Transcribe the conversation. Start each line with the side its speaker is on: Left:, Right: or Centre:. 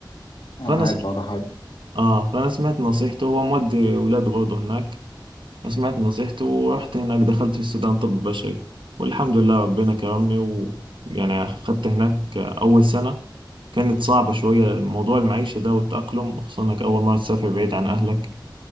Left: أنا
Right: فانا
Left: عارف
Right: س...
Left: اه ده حاجة
Right: اه فانا سمعت نصيحته هو مودي ولاده برضه هناك سمعت نصيحته ورحت هناك دخلت في السودان طب بشري والحمد لله ربنا كرمني و يعني أخدت هناك أول سنة كانت صعبة شوية موضوع المعيشة ده والتأقلم خصوصا إنك أول مرة تسافر بعيد عن أهلك